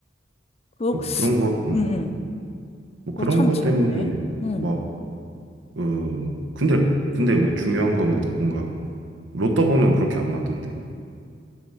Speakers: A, on the left (about 35°); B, on the right (about 85°).
A: 그거,
B: 뭐 그런 것, 음.
A: 음, 음.
B: 뭐
A: 그거
B: 그런
A: 참
B: 것
A: 재밌네.
B: 때문에
A: 음.
B: 막, 어, 근데, 근데 중요한 거는 뭔가 로또 번호는 그렇게 안 맞던데.